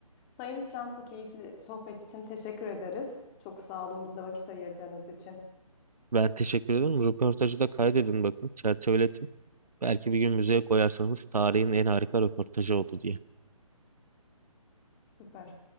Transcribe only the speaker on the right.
Ben teşekkür ederim. Röportajı da kaydedin bakın. Çerçeveletin. Belki bir gün müzeye koyarsanız tarihin en harika röportajı oldu diye.